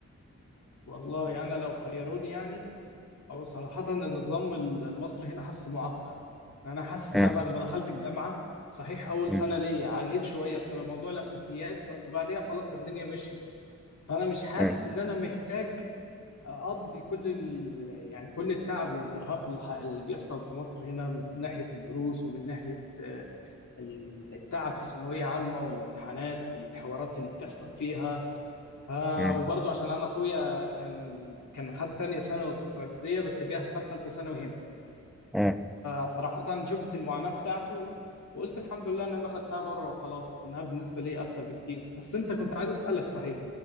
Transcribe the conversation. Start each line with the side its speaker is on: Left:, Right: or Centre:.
Left: <laughs> والله انا لو خيروني يعني هو صراحة النظام ال- المصري هنا حاسه معقد أنا حاسس إن
Centre: مم.
Left: أنا بعد ما دخلت الجامعة صحيح أول
Centre: مم.
Left: سنة ليا عانيت شوية بسبب موضوع الأساسيات بس بعديها خلاص الدنيا مشيت فأنا مش حاسس
Centre: مم.
Left: إن أنا محتاج أقضي كل ال... يعني كل التعب والإرهاق اللي, ح... اللي بيحصل في مصر هنا من ناحية الدروس ومن ناحية آه، ال- التعب في ثانوية عامة والامتحانات والحوارات اللي بتحصل فيها آه
Centre: مم.
Left: وبرضه عشان أنا أخويا كان كان خد تانية ثانوي في السعودية بس جه خد تالتة ثانوي هنا
Centre: مم.
Left: فصراحة شفت المعاناة بتاعته وقلت الحمد لله ان انا خدتها بره وخلاص انها بالنسبة لي اسهل بكتير بس انت كنت عايز اسألك صحيح